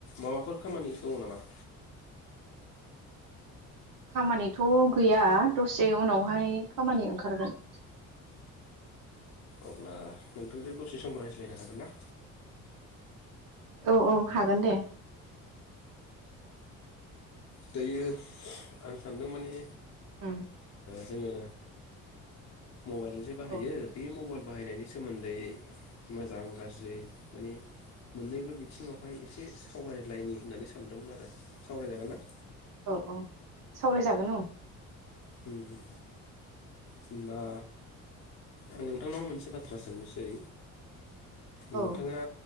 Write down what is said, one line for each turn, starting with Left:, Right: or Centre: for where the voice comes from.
Left: माबाफोर खामानि दङ नामा?
Right: खामानिथ' गैया दसे उनावहाय खामानि ओंखारगोन
Left: अब्ला नोंथांजों दसे सम रायज्लायनो हागोन ना?
Right: औ औ हागोन दे
Left: दायो आं सानदों माने
Right: उम
Left: जोङो मबाइलखोजे बाहायो
Right: औ
Left: बे मबाइल बाहायनायनि सोमोन्दै मोजां गाज्रि माने मोननैबो बिथिङावहाय एसे सावरायलायनि होननानै सानदोंमोन आरो सावरायजागोन ना?
Right: औ औ सावरायजागोन औ
Left: उम होमबा आं नोंथांनाव मोनसे बाथ्रा सोंनोसै
Right: औ
Left: नोंथाङा